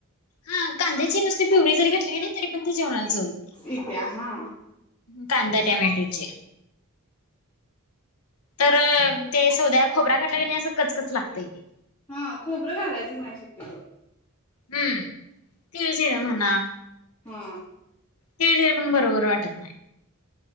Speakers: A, on the left (about 90°); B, on the left (about 15°).
A: हा कांद्याची नुसती प्युरी जरी घातली की नाही तरी पण ती जेवणाला चव येते
B: येत्या हा.
A: कांदा टोमॅटोची. तर ते सौद्यात. खोबरा् घातल्या का नाही असं कच कच लागतय ते.
B: हा खोबरं घालायचंच नाही शक्यतो.
A: हम्म तीळ जिर म्हणा.
B: हा.
A: तीळ धरे पण बरोबर वाटत नाही.